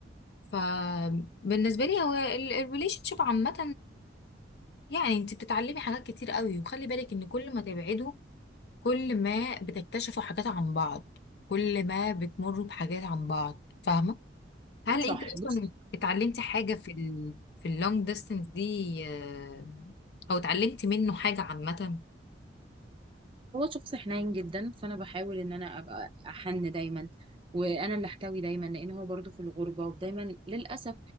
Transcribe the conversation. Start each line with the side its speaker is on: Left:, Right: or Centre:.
Left: فبالنسبه لي هو الريليشن شيب عامه يعني انت بتتعلمي حاجات كتير قوي وخلي بالك ان كل ما تبعدوا كل ما بتكتشفوا حاجات عن بعض كل ما بتمروا بحاجات عن بعض فاهمه هل
Right: صح
Left: انت اصلا
Right: بص
Left: اتعلمتي حاجه في ال في اللونج ديستانس دي آه، او اتعلمتي منه حاجه عامه
Right: هو شخص حنين جدا فانا بحاول ان انا ابقى احن دايما وانا اللي احتوي دايما لان هو برضه في الغربه ودايما للاسف